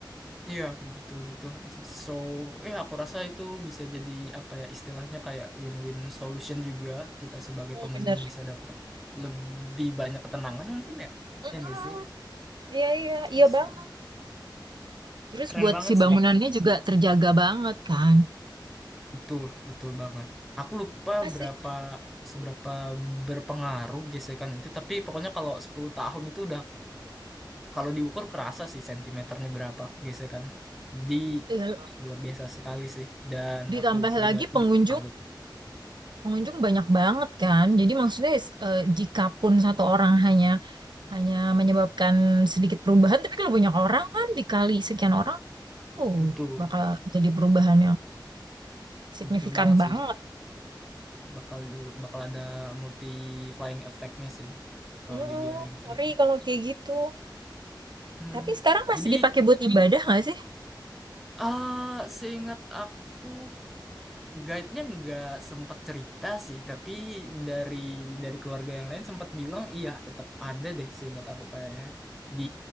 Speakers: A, in the centre; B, on the right.
A: Iya, betul-betul. So, ya aku rasa itu bisa jadi apa ya istilahnya kayak win-win solution juga. Kita sebagai
B: Hmm,
A: pengunjung
B: bener.
A: bisa dapat lebih banyak ketenangan mungkin ya.
B: Mm-mm.
A: Ya nggak sih?
B: Iya, iya,
A: Itu
B: iya
A: sih.
B: banget. Terus
A: Keren
B: buat
A: banget
B: si bangunannya
A: sih.
B: juga terjaga banget kan.
A: Betul, betul banget. Aku lupa
B: Masih
A: berapa seberapa berpengaruh gesekan itu, tapi pokoknya kalau 10 tahun itu udah kalau diukur kerasa sih sentimeternya berapa gesekan. Di
B: Ya,
A: luar biasa sekali sih dan
B: ditambah
A: aku pribadi
B: lagi pengunjung
A: juga salut.
B: pengunjung banyak banget kan. Jadi maksudnya eh, jika pun satu orang hanya hanya menyebabkan sedikit perubahan, tapi kalau banyak orang kan dikali sekian orang, oh
A: Betul,
B: bakal jadi perubahan yang signifikan
A: betul banget
B: banget.
A: sih. Bakal bakal ada multi flying effect-nya sih kalau
B: Mm,
A: dibiarin gitu
B: ngeri
A: aja.
B: kalau kayak gitu.
A: Hmm.
B: Tapi sekarang masih
A: Jadi
B: dipakai buat ibadah nggak sih?
A: Ah, seingat aku guide-nya nggak sempet cerita sih, tapi dari dari keluarga yang lain sempat bilang iya tetap ada deh seingat aku kayaknya di